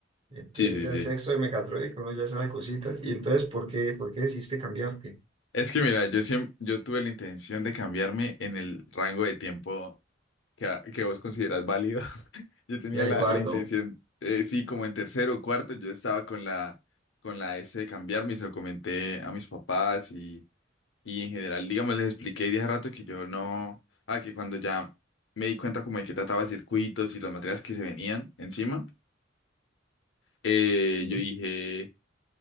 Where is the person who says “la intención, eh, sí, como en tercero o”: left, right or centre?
Left